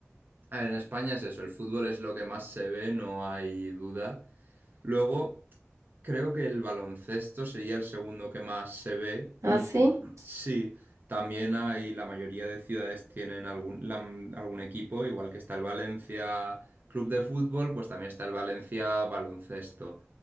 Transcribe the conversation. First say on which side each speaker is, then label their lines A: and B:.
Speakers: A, on the right; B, on the right.
A: A ver, En España es eso, el fútbol es lo que más se ve, no hay duda. Luego, creo que el baloncesto sería el segundo que más se ve.
B: ¿Ah, sí? <laughs>
A: Sí, también hay, la mayoría de ciudades tienen algún, la- algún equipo, igual que está el Valencia Club de Fútbol, pues también está el Valencia Baloncesto.